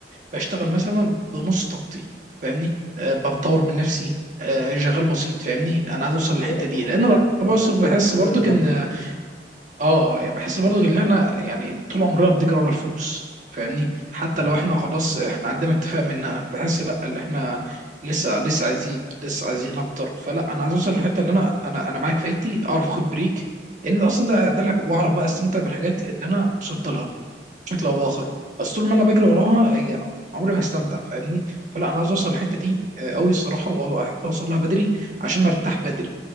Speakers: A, on the right; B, on the left.
A: بشتغل مثلا بنص طاقتي فاهمني أه بطور من نفسي أه شغال بسيط فاهمني انا عايز اوصل للحته
B: ايوه تكون
A: دي لان انا
B: آه،
A: بص-
B: وصلت
A: بحس
B: للاستقرار
A: برضو
B: المادي
A: ان اه يعني بحس برضو ان احنا يعني طول عمرنا بنجري ورا الفلوس فاهمني حتى
B: امم
A: لو احنا خلاص احنا عندنا اكتفاء منها بحس لا اللي احنا لسه لسه عايزين لسه عايزين اكتر فلا انا عايز اوصل للحته اللي انا انا انا معاك فايتي اعرف اخد بريك لان اصلا ده ده الح- واعرف بقى استمتع بالحاجات اللي انا وصلت لها بشكل او باخر بس طول ما انا بجري وراها هي عمري ما هستمتع فاهمني فلا انا عايز اوصل الحته دي قوي الصراحه واحب اوصل لها بدري عشان ارتاح بدري